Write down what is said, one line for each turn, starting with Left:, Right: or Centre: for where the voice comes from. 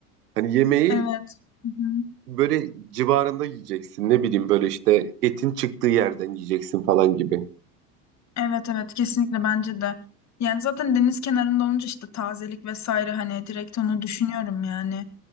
Right: Hani yemeği
Left: Evet. Hı hı.
Right: böyle civarında yiyeceksin. Ne bileyim böyle işte etin çıktığı yerden yiyeceksin falan gibi.
Left: Evet evet kesinlikle bence de. Yani zaten deniz kenarında olunca işte tazelik vesaire hani direkt onu düşünüyorum yani